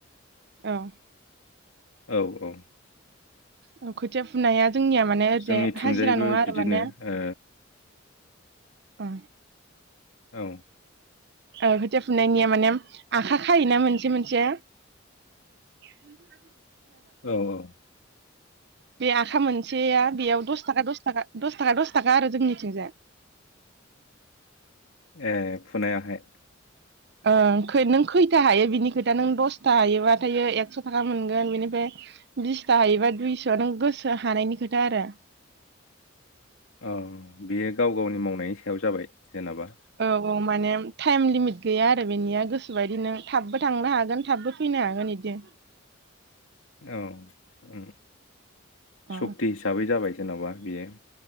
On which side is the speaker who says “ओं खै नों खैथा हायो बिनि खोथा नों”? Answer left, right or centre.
Right